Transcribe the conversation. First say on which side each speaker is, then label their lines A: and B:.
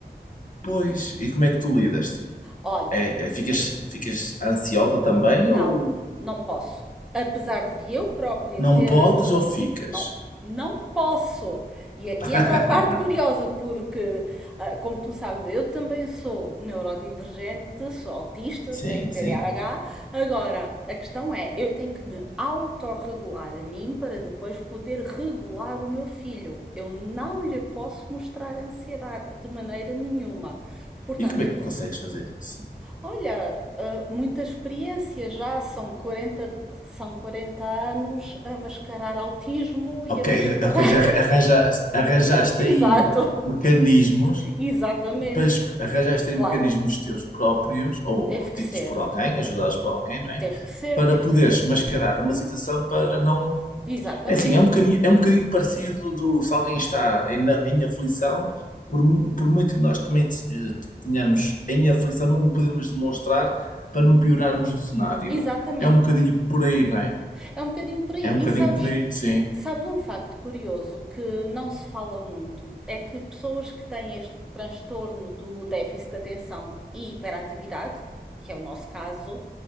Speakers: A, on the left; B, in the centre.
A: Pois, e como é que tu lidas?
B: Olha,
A: É, é, ficas, ficas ansiosa também
B: Não,
A: ou
B: não posso. Apesar de eu própria
A: não
B: ter.
A: podes ou ficas?
B: Não, não posso. E aqui
A: <laughs>
B: entra a parte curiosa, porque, ah, como tu sabes, eu também sou neurodivergente, sou autista,
A: Sim,
B: tenho TDAH.
A: sim.
B: Agora, a questão é, eu tenho que me autorregular a mim para depois poder regular o meu filho. Eu não lhe posso mostrar ansiedade de maneira nenhuma. Portanto,
A: E como
B: eu
A: é que consegues fazer isso?
B: Olha, ah, muita experiência já, são quarenta são quarenta anos a mascarar autismo e
A: Ok,
B: a mascarar.
A: ok,
B: <laughs>
A: já arranjaste, arranjaste
B: Exato,
A: aí eh, mecanismos,
B: exatamente.
A: mas arranjaste aí
B: Claro,
A: mecanismos teus próprios, ou
B: teve que
A: ditos
B: ser,
A: por alguém, ajudados por alguém, não é?
B: teve que ser,
A: Para
B: teve
A: poderes
B: que ser.
A: mascarar uma situação para não
B: Exatamente,
A: É assim, é um bocadinho, é um bocadinho parecido do se alguém está em, na- em aflição, por, mu- por muito que nós também te- eh, tenhamos em aflição, não o podemos demonstrar para não piorarmos o cenário.
B: exatamente.
A: É um bocadinho por aí, não é?
B: É um bocadinho por aí.
A: É um
B: E
A: bocadinho
B: sabes,
A: por aí, sim,
B: sabes um facto curioso que não se fala muito? É que pessoas que têm este transtorno do déficit de atenção e hiperatividade, que é o nosso caso,